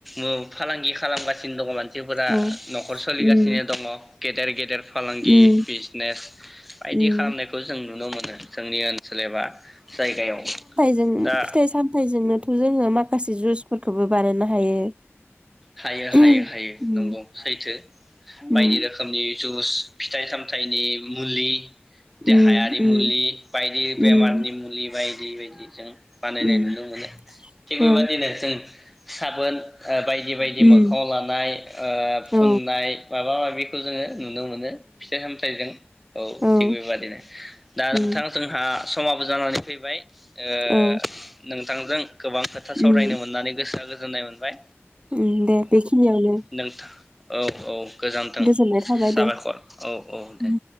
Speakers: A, in the centre; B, on the right.
A: ओ फालांगि खालामगासिनो दङ' मान सिफोरा
B: औ
A: न'खर सोलिगासिनो
B: उम
A: दङ'। गेदेर गेदेर। फालांगि
B: उम
A: बिजनेस बायदि
B: उम
A: खालामनायखौ जों नुनो मोनो। जोंनि ओनसोल एबा जायगायाव
B: जों
A: दा
B: फिथाय सामथायजोंनोथ' जोङो माखासे जुस फोरखोबो बानायनो हायो।
A: हायो हायो
B: उम
A: हायो नंगौ सैथो बायदि
B: उम
A: रोखोमनि जुस। फिथाइ सामथायाइनि मुलि देहायारि
B: उम
A: मुलि बायदि बेमारनि
B: उम
A: मुलि बायदि बेबायदिजों बानायनाय
B: उम
A: नुनो मोनो थिग
B: उम
A: बेबादिनो
B: औ
A: जों साबोन बेबायदि
B: उम
A: मोखाङाव लानाय ओ फुननाय
B: औ
A: माबा माबि <inaudible> नुनो मोनो फिथाइ सामथायाइजों औ
B: उम
A: थिग बेबादिनो दा नोंथां
B: औ उम
A: जोंहा समाबो जानानै फैबाय ओ
B: औ
A: नोंथांजों गोबां खोथा सावरायनो
B: उम
A: मोननानै गोसोआ गो गोजोननाय मोनबाय।
B: ओन दे बेखिनियावनो
A: नोंथां औ औ गोजानथों
B: गोजोननाय थाबाय
A: साबायखर
B: दे।
A: औ औ
B: उम
A: दे।